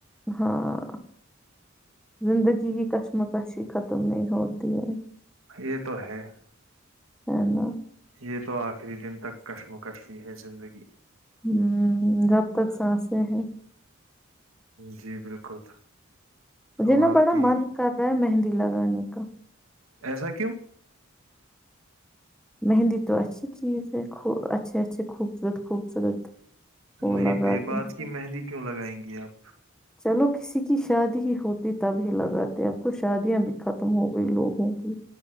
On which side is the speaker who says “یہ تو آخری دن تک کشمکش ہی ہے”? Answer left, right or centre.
Right